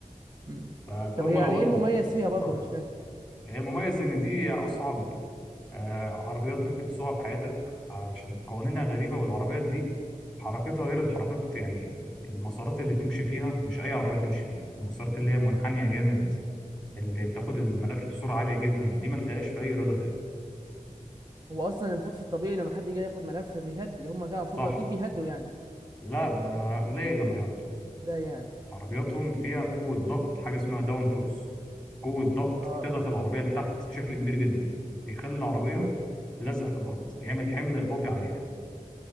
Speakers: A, on the right; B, in the centre.
A: امم
B: فالفورمولا
A: طب هي يعني
B: 1
A: ايه المميز فيها برضه
B: شهرت
A: مش فاهم
B: هي مميز ان دي اصعب آه، عربيات ممكن تسوقها في حياتك علشان قوانينها غريبة والعربيات دي حركتها غير الحركات يعني المسارات اللي بتمشي فيها مش أي عربية تمشي فيها المسارات اللي هي منحنية جامد اللي بتاخد الملف بسرعة عالية جدا دي ما تلاقيهاش في أي رياضة تاني
A: هو اصلا المفروض في الطبيعي لما حد يجي ياخد ملف بيهدي هم كانوا المفروض
B: صح
A: اكيد بيهدوا يعني
B: لا ده قليل لما يهضوا
A: ازاي يعني
B: عربياتهم فيها قوة ضغط حاجة اسمها داون فورس قوة ضغط
A: اه
B: بتضغط العربية لتحت بشكل كبير جدا بيخلي العربية
A: امم
B: لازقة في الأرض يعمل حمل إضافي عليها